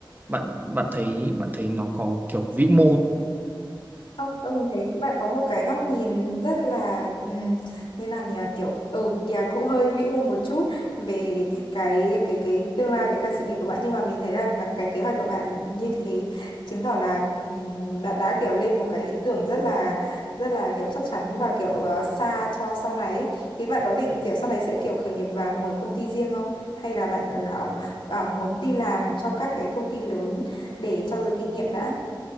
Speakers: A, on the right; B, on the left.
A: bạn bạn thấy bạn thấy nó có kiểu vĩ mô không?
B: Không, tôi thấy bạn có một cái góc nhìn rất là um, như nào nhỉ kiểu ừ kìa cũng hơi vĩ mô một chút về cái cái cái tương lai với cả sự nghiệp của bạn nhưng mà mình thấy là mà cái kế hoạch của bạn như thế chứng tỏ là ừm, bạn đã kiểu lên một cái ý tưởng rất là rất là kiểu chắc chắn và kiểu ờ, xa cho sau này ấy. Thì bạn có định kiểu sau này sẽ kiểu khởi nghiệp và mở công ty riêng không hay là bạn là ờ, muốn đi làm cho các cái công ty lớn để trau dồi kinh nghiệm đã